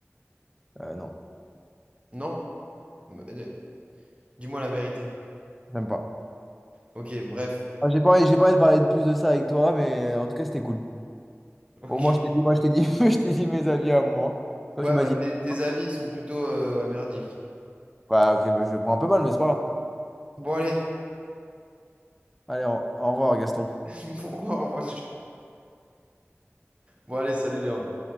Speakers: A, in the centre; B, on the right.
A: Euh, non,
B: Non? Mais, euh, Dis-moi la vérité.
A: j'aime pas.
B: Ok, bref.
A: Ah, j'ai pas envie, j'ai pas envie de parler de plus de ça avec toi, mais euh, en tout cas, c'était cool.
B: Ok.
A: Bon, moi, je t'ai dit, moi, je t'ai dit, <laughs> je t'ai dit mes avis à moi. Toi,
B: Ouais,
A: tu m'as
B: bah
A: dit.
B: tes, tes
A: hein
B: avis ils sont plutôt euh, ouais, merdiques.
A: Bah, ok, bah, je le prends un peu mal, mais c'est pas grave.
B: Bon, allez,
A: Allez, au au revoir, Gaston.
B: <laughs> pourquoi on va... Bon, allez, salut Léandre.